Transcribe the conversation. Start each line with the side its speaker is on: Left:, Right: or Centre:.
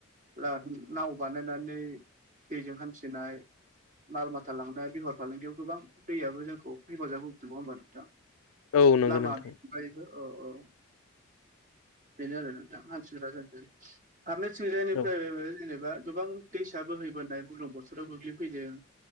Right: बिराद नाव बानायनानै दैजों हान्थिनाय माल माथा लांनाय बेहार फालांगियाव गोबां दैयाबो जोंखौ हेफाजाब होबोदों ओमबा नोंथां
Left: औ नंगौ
Right: लामा
Left: नोंथां
Right: फ्रायबो औ औ बेनो आरो नोंथां आथिखाला जादों फारनैथिंजायनिफ्राय
Left: औ
Right: जेनेबा गोबां दैसा बोहैबोनाय बुरलुंबुथुराव गोग्लैफैदों